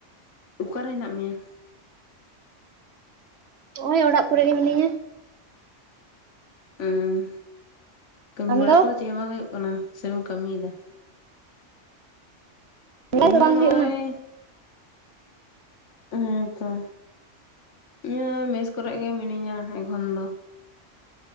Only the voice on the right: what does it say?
ᱱᱚᱜᱼᱚᱭ ᱚᱲᱟᱜ ᱠᱚᱨᱮ ᱜᱮ ᱢᱤᱱᱟᱹᱧᱟ᱾
ᱟᱢᱫᱚ
ᱫᱚ ᱚᱲᱟᱜ
ᱫᱚ ᱵᱟᱝ
ᱦᱩᱭᱩᱜ ᱠᱟᱱᱟ